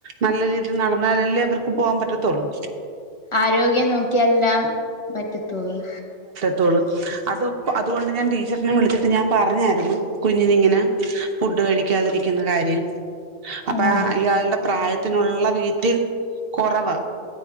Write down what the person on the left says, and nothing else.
ആരോഗ്യം നോക്കിയല്ലാ പറ്റത്തൊളളൂ
ആഹ്